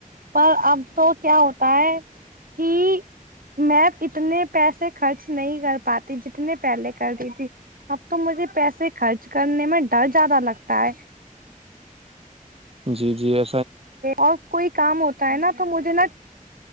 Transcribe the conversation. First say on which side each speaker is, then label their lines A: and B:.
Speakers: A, on the right (about 80°); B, on the right (about 40°).
A: پر اب تو کیا ہوتا ہے کہ میں اتنے پیسے خرچ نہیں کر پاتی جتنے پہلے کرتی تھی اب تو مجھے پیسے خرچ کرنے میں ڈر زیادہ لگتا ہے
B: جی جی ا
A: اور کوئی کام ہوتا ہے نا تو مجھے نا